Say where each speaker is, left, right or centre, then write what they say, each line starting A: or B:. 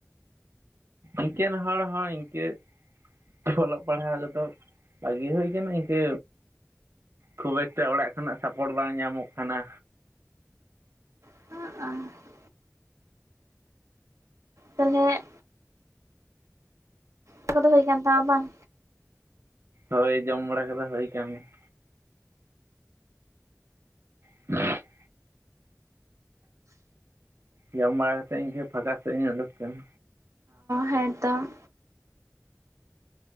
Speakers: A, on the right (about 50°); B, on the right (about 70°).
A: ᱤᱱᱠᱮᱱ ᱦᱚᱲ ᱦᱚ ᱤᱱᱠᱟ. ᱾ ᱚᱞᱚᱜ ᱯᱟᱲᱦᱟᱣ ᱠᱚᱫᱚ ᱵᱟᱹᱜᱤ ᱦᱩᱭ ᱟᱠᱟᱱᱟ ᱤᱱᱠᱟᱹ ᱠᱷᱩᱵ ᱮᱠᱴᱟ ᱚᱲᱟᱜ ᱠᱷᱚᱱᱟᱜ ᱥᱟᱯᱚᱴ ᱵᱟᱝ ᱧᱟᱢᱚᱜ ᱠᱟᱱᱟ᱾
B: <unintelligible> ᱛᱟᱦᱚᱸᱞᱮ᱾ ᱫᱟᱠᱟ ᱠᱚ ᱫᱚ ᱦᱳᱭ ᱠᱟᱱ ᱛᱟᱢᱟ ᱵᱟᱝ᱾
A: ᱦᱳᱭ ᱡᱚᱢ ᱵᱟᱲᱟ ᱠᱚᱫᱚ ᱦᱳᱭ ᱠᱟᱱ ᱜᱮᱭᱟ᱾ <inaudible> ᱡᱚᱢ ᱵᱟᱲᱟ ᱠᱟᱛᱮᱫ ᱤᱧᱠᱟ. ᱯᱷᱟᱠᱟ ᱥᱮᱫ ᱤᱧ ᱳᱰᱩᱠ ᱠᱟᱱᱟ᱾
B: ᱦᱮᱸ ᱛᱚ᱾